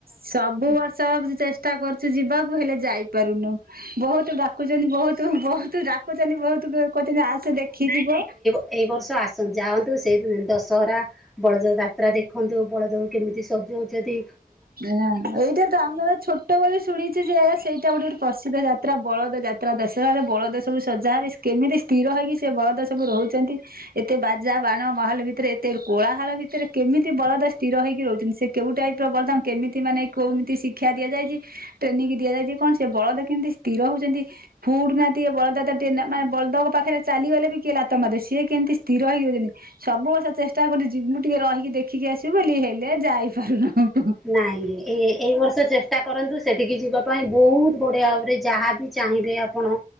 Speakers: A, on the right; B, in the centre.
A: ସବୁ ବର୍ଷ ଚେଷ୍ଟା କରୁଚି ଯିବାକୁ ହେଲେ ଯାଇପାରୁନୁ। ବହୁତ ଡାକୁଚନ୍ତି ବହୁତ ବହୁତ ଡାକୁଚନ୍ତି ବହୁତ କଉଚନ୍ତି ଆସେ ଦେଖିକି ଜିବୁ।
B: ଏ ବର୍ଷ ଆସ ଯାଆନ୍ତୁ ସେଇ ଦଶହରା‌ ବଳଦେବ ଯାତ୍ରା ଦେଖନ୍ତୁ ବଳଦକୁ କେମିତି ସଜଉଚନ୍ତି।
A: ହଁ ଏଇଟା ତ ଆମର ଛୋଟ୍ ଟ ବେଳେ ଶୁଣିଚି ଯେ ସେଇଟା ଗୋଟେ ଗୋଟେ ପ୍ରସିଦ୍ଧ ଯାତ୍ରା ବଳଦ ଯାତ୍ରା ଦଶରାରେ ବଳଦ ସବୁ ସଜା ହେବ। କେମିତି‌ ସ୍ଥିର ହେଇକି ସେ ବଳଦ ସବୁ ରହୁଚନ୍ତି। ଏତେ ବାଜା ବାଣ ମହଲ ଭିତରେ ଏତେ କୋଳାହାଳ ଭିତରେ କେମିତି ବଳଦ ସ୍ଥିର ହେଇକି ରହୁଚନ୍ତି? ସେ କେଉଟାଇପ ପ୍ରବର୍ତ୍ତମାନ କେମିତି ମାନେ କଉମିତି ଶିକ୍ଷା ଦିଆଯାଇ ଟ୍ରେନିଂ ଦିଆଯାଇଚି କଣ ସେ ବଳଦ କେମିତି ସ୍ଥିର ହଉଚନ୍ତି? ଫୁଡୁ ନାହାନ୍ତି ବଳଦ ତ ଟେ ମାନେ ବଳଦଙ୍କ ପାଖରେ ଚାଲିଗଲେ ବି କିଏ ଲାତ ମାରିବ ସିଏ କେମିତି ସ୍ଥିର ହେଇରହୁଚନ୍ତି। ସବୁ ବର୍ଷ ଚେଷ୍ଟା କରୁଚି ମୁଁ ଟିକେ ରହିକି ଦେଖିକି ଆସିବି ବୋଲି ହେଲେ ଯାଇ ପାରୁନାହୁଁ।
B: ନାଇଁ ଏ- ଏଇ ବର୍ଷ ଚେଷ୍ଟା କରନ୍ତୁ। ତସେଠିକି ଯିବା ପାଇଁ ବହୁତ ବଢ଼ିଆ ଭାବରେ ଯାହା ବି ଚାହିଁବେ ଆପଣ